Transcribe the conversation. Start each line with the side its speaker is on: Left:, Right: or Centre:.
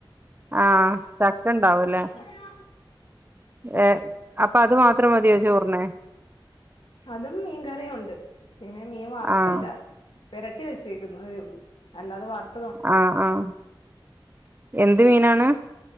Right: ആഹ് ചക്കണ്ടാവുല്ലെ.
Left: ഉ <unintelligible>
Right: ഏ അപ്പൊ അത് മാത്രം മതിയോ ചോറിന്.
Left: അതും മീൻകറിയൊണ്ട്. പിന്നെ മീൻ വറുത്തില്ല.
Right: ആഹ്
Left: പെരട്ടി വെച്ചേക്കുന്നതേ ഉള്ളൂ. അല്ലാതെ വറുത്
Right: ആഹ്, ആഹ് എന്ത് മീനാണ്?